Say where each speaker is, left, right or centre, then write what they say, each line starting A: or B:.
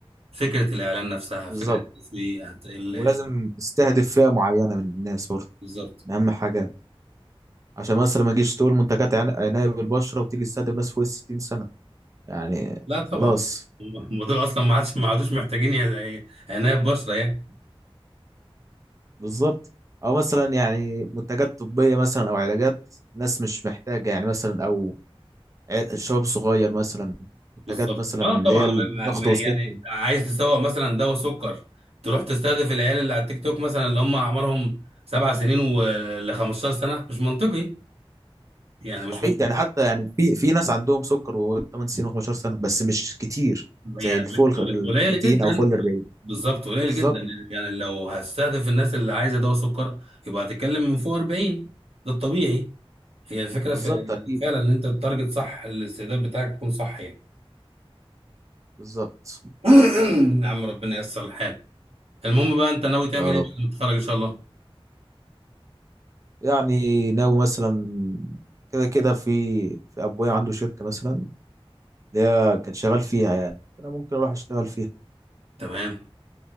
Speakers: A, on the right; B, on the right.
A: فكرة الإعلان نفسها
B: بالظبط
A: فكرة التسويق هت- ال-
B: ولازم
A: ال-
B: تستهدف فئه معينه من الناس برضه
A: بالظبط
B: من اهم حاجات عشان مثلا ما تجيش تقول منتجات عن- عنايه بالبشره وتيجي تستهدف ناس فوق ال 60 سنه يعني
A: لا طبعا
B: خلاص
A: هم هم دول أصلا ما عادش ما عادوش محتاجين ي- عناية بشرة يعني
B: بالظبط او مثلا يعني منتجات طبيه مثلا او علاجات ناس مش محتاجه يعني مثلا او ع- الشباب الصغير مثلا
A: بالظبط
B: حاجات مثلا
A: اه
B: اللي
A: طبعا
B: هي الضغط
A: ما- ما- ما-
B: والسكر
A: يعني عايز تسوق مثلا دواء سكر تروح تستهدف العيال اللي على التيك توك مثلا اللي هم أعمارهم سبع سنين ول 15 سنة مش منطقي يعني
B: مستحيل
A: مش من...
B: يعني حتى يعني في في ناس عندهم سكر و8 سنين و15 سنه بس مش كتير زي
A: يعني
B: الفوق
A: قل- قل-
B: ال
A: قليل
B: 30
A: جدا
B: او فوق ال 40
A: بالظبط قليل
B: بالظبط
A: جدا يعني لو هستهدف الناس اللي عايزة دواء سكر يبقى هتتكلم من فوق 40 ده الطبيعي هي الفكرة
B: بالظبط
A: في يعني
B: اكيد
A: فعلا ان انت التارجت صح الاستعداد بتاعك يكون صح يعني
B: بالظبط
A: <coughs> <clears throat> يا عم ربنا ييسر الحال المهم بقى انت ناوي تعمل
B: يا
A: ايه
B: رب
A: بعد ما تتخرج ان شاء الله
B: يعني ناوي مثلا كده كده في في ابويا عنده شركه مثلا اللي هي كان شغال فيها يعني انا ممكن اروح اشتغل فيها
A: تمام <coughs>